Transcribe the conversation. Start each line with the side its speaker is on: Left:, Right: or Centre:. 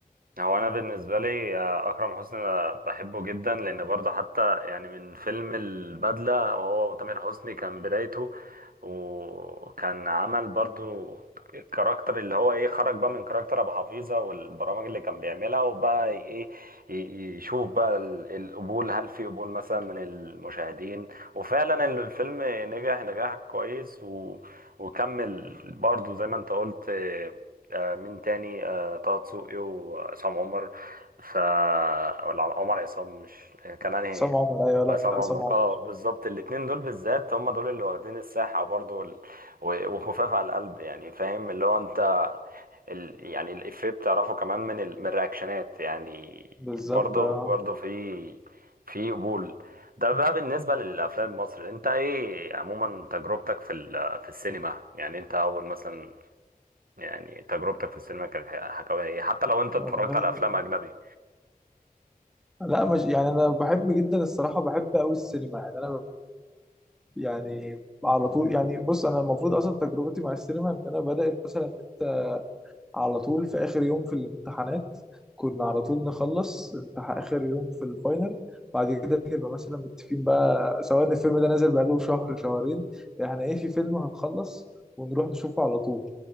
Right: هو انا بالنسبه لي آه، اكرم حسني أنا بحبه جدا لان برضه حتى يعني من فيلم البدله وهو وتامر حسني كان بدايته وكان عمل برضه الكاركتر اللي هو ايه خرج بقى من كاركتر ابو حفيظه والبرامج اللي كان بيعملها وبقى ايه ي- يشوف بقى ال- القبول هل في قبول مثلا من المشاهدين وفعلا الفيلم نجح نجاح كويس و... وكمل برضه زي ما انت قلت آه، آه، مين تاني طه دسوقي وعصام عمر ف ولا عمر عصام مش كان انهي
Centre: عصام عمر ايوه لا
Right: عصام
Centre: عصام
Right: عمر
Centre: عمر
Right: اه بالظبط الاتنين دول بالذات هم دول اللي واخدين الساحة برضو ال... و- وخفاف على القلب يعني فاهم اللي هو انت ال... يعني الإفيه بتعرفه كمان من ال... من الرياكشنات يعني
Centre: بالظبط
Right: برضو
Centre: آه.
Right: برضو في في قبول ده بقى بالنسبة للأفلام المصري أنت إيه عموما تجربتك في ال... في السينما يعني أنت أول مثلا يعني تجربتك في السينما كانت ح- حكاويها ايه حتى لو انت
Centre: والله
Right: اتفرجت على افلام اجنبي
Centre: لا مش يعني انا بحب جدا الصراحه بحب قوي السينما يعني انا يعني على طول يعني بص انا المفروض اصلا تجربتي مع السينما ان انا بدات مثلا ان انت على طول في اخر يوم في الامتحانات كنا على طول نخلص امتحان اخر يوم في الفاينل بعد كده نبقى مثلا متفقين بقى سواء ان الفيلم ده نازل بقاله شهر شهرين احنا ايه في فيلم هنخلص ونروح نشوفه على طول